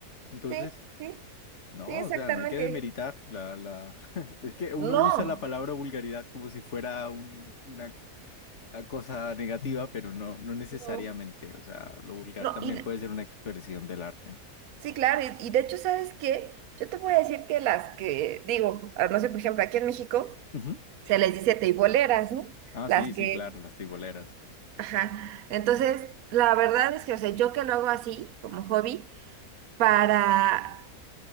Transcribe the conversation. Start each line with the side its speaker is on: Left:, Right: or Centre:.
Left: Entonces,
Right: Sí, sí,
Left: no,
Right: sí, exactamente.
Left: o sea, no hay que demeritar la, la... <laughs> Es que uno
Right: No.
Left: usa la palabra vulgaridad como si fuera un- una, una cosa negativa, pero no, no necesariamente.
Right: No.
Left: O sea, lo vulgar
Right: No,
Left: también
Right: y de-
Left: puede ser una expresión del arte.
Right: sí, claro, y, y de hecho, ¿sabes qué? Yo te voy a decir que las que, digo, ah, no sé, por ejemplo, aquí en México
Left: Ujú.
Right: se les dice teiboleras, ¿no?
Left: Ah,
Right: Las
Left: sí, sí,
Right: que,
Left: claro, las tiboleras.
Right: ajá. Entonces, la verdad es que, o sea, yo que lo hago así, como hobby, para,